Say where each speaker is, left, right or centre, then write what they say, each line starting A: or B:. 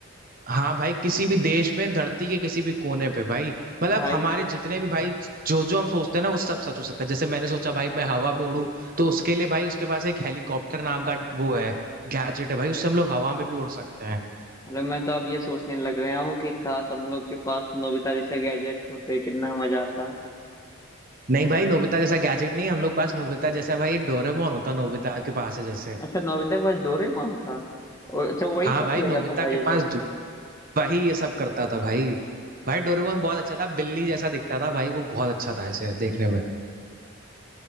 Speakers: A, on the right; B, on the left.
A: हाँ भाई किसी भी देश में धरती के किसी भी कोने पे भाई मतलब
B: भाई
A: हमारे जितने भी भाई जो जो हम सोचते हैं ना वो सब सच हो सकता है जैसे मैंने सोचा भाई मैं हवा में उड़ूं तो उसके लिए भाई उसके पास एक हेलीकॉप्टर नाम का वो है गैजेट है भाई उससे हम लोग हवा में भी उड़ सकते हैं
B: मतलब मैं तो अब ये सोचने लग गया हूँ कि काश हम लोग के पास नोबिता जैसे गैजेट होते कितना मजा आता
A: नहीं भाई नोबिता जैसा गैजेट नहीं हम लोग पास नोबिता जैसा भाई एक डोरेमोन होता नोबिता के पास है जैसे
B: अच्छा नोबिता के पास डोरेमोन था और अच्छा वही
A: हाँ
B: सब
A: भाई
B: किया
A: नोबिता
B: जाता था
A: के
B: ये सब
A: पास ज- वही ये सब करता था भाई भाई डोरेमोन बहुत अच्छा था बिल्ली जैसा दिखता था भाई वो बहुत अच्छा था ऐसे देखने में